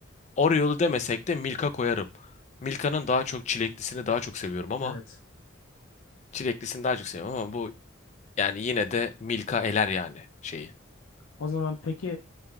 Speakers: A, on the left; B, on the left.
A: Oreo'lu demesek de Milka koyarım. Milka'nın daha çok çileklisini daha çok seviyorum ama
B: Evet.
A: çileklisini daha çok seviyorum ama bu yani yine de Milka eler yani şeyi.
B: O zaman peki